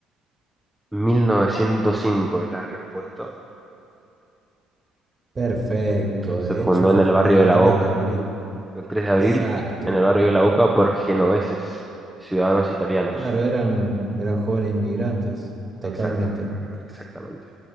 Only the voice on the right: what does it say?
Perfecto.
De
hecho, fue
fundada
el
tres
de abril.
Exacto.
Claro, eran, eran jóvenes inmigrantes. Totalmente.